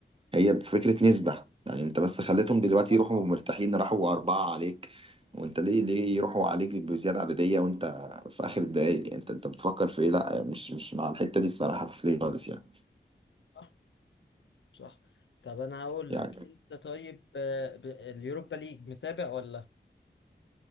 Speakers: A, on the right; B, on the left.
A: هي فكره نسبه يعني انت بس خليتهم دلوقتي
B: صح
A: يروحوا مرتاحين راحوا اربعه عليك وانت ليه ليه يروحوا عليك بزياده عدديه وانت في اخر الدقايق يعني انت انت بتفكر في ايه لا مش مش مع الحته دي الصراحه في ليه خالص يعني
B: صح صح طب انا هقول
A: يعني
B: لك انت طيب آه، ب- اليوروبا ليج متابع ولا